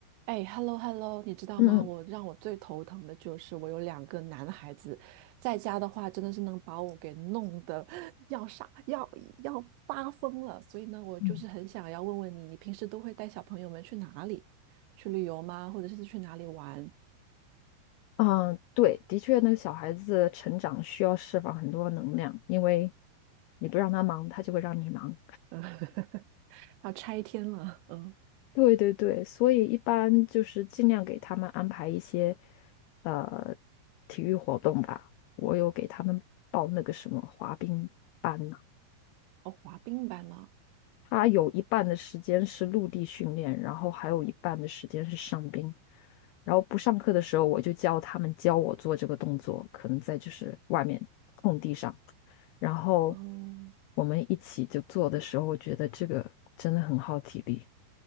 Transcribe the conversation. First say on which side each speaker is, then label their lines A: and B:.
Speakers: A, on the right; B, on the left.
A: 哎，hello hello，你知道吗？
B: 嗯嗯
A: 我让我最头疼的就是我有两个男孩子，在家的话真的是能把我给弄得 <laughs> 要傻要要发疯了。所以呢，我就是很想要问问你，
B: 嗯，
A: 你平时都会带小朋友们去哪里？去旅游吗？或者是去哪里玩？
B: 啊，对，的确，那个小孩子成长需要释放很多能量，因为你不让他忙，他就会让你忙。
A: 嗯，<laughs> 要拆天了。嗯，
B: 对对对，所以一般就是尽量给他们安排一些呃体育活动吧。我有给他们报那个什么滑冰班呢，
A: 哦，滑冰板呢？
B: 他有一半的时间是陆地训练，然后还有一半的时间是上冰。然后不上课的时候，我就教他们教我做这个动作，可能在就是外面空地上。然后
A: 嗯，
B: 我们一起就做的时候，我觉得这个真的很耗体力。